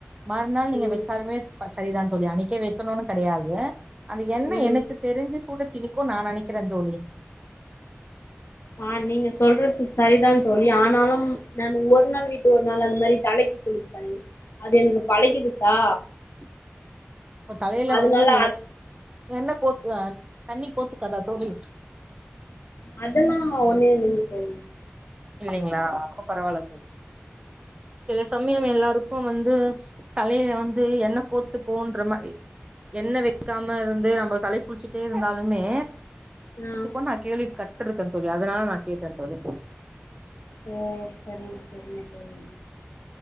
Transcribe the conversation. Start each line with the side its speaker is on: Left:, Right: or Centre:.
Right: மறுநாள் நீங்க
Left: ம்
Right: வெச்சாலுமே அ சரிதா தோழி அன்னைக்கே வெக்கணுனு கெடையாது அந்த எண்ணெ
Left: ம்
Right: எனக்கு தெரிஞ்சு சூட திணிக்கு நா நெனைக்கிறே தோழி
Left: ஆ நீங்க சொல்றது சரிதா தோழி ஆனாலும் நான் ஒரு நாள் வீட்டு ஒரு நாள் அந்த மாரி தலைக்கு
Right: <unintelligible>
Left: குளிப்பே அது எனக்கு பழகிடுச்சா
Right: <unintelligible> இப்ப தலைல
Left: அதனால
Right: வந்து உங்களுக்கு
Left: அத்
Right: என்ன கோத்து தா தண்ணி கோத்துக்காதா தோழி
Left: அதெல்லா ஒன்னு இல்லைங்க தோழி
Right: இல்லைங்ளா அப்ப பரவால்ல தோழி சில சமயம் எல்லாருக்கு வந்து தலைல வந்து எண்ணெ கோத்துக்குன்ற மாரி எண்ணெ வெக்காம இருந்து நம்ம தலைக்குளிச்சுட்டே இருந்தாலுமே
Left: ஆ
Right: இத்துக்கு நா கேள்வி பட்ருக்கே தோழி அதனால நா கேட்டே தோழி
Left: ஓ செரிங்க செரிங்க தோழி